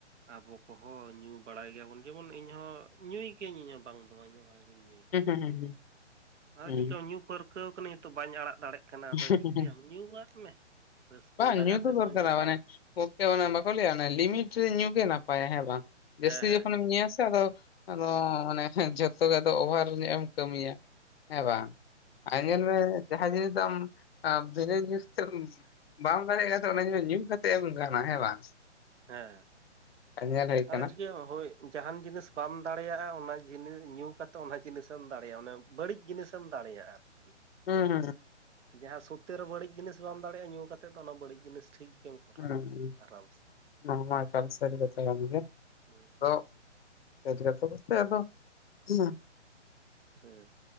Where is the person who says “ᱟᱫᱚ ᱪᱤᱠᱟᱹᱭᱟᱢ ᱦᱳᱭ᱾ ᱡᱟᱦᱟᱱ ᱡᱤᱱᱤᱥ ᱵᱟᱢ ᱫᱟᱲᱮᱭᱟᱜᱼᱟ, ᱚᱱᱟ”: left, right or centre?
Right